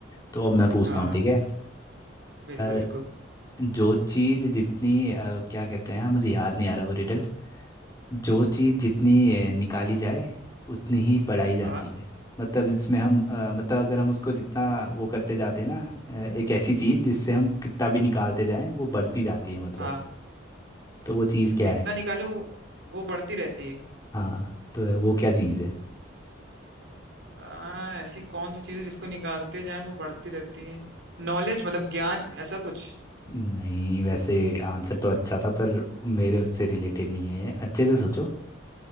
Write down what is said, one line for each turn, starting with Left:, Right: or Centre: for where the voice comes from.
Left: तो अब मैं पूछता
Right: हाँ
Left: हूँ ठीक है
Right: बिल्कुल बिल्कुल
Left: अ, जो चीज़ जितनी अ, क्या कहते हैं मुझे याद नहीं आ रहा वो रिडल जो चीज़ जितनी अ, निकाली जाए उतनी ही पढ़ाई जाती
Right: हाँ
Left: है मतलब जिसमें हम अ, मतलब अगर हम उसको जितना वो करते जाते हैं ना अ, एक ऐसी चीज़ जिससे हम कितना भी निकालते जाएं वो बढ़ती जाती है मतलब
Right: हाँ
Left: तो वो चीज़ क्या
Right: जितना
Left: है
Right: निकालो वो वो बढ़ती रहती है
Left: हाँ तो वो क्या चीज़ है
Right: आ, ऐसी कौन सी चीज है जिसको निकालते जाएं वो बढ़ती रहती है नॉलेज मतलब ज्ञान ऐसा कुछ
Left: नहीं वैसे आंसर तो अच्छा था पर मेरे उससे रिलेटेड नहीं है ये अच्छे से सोचो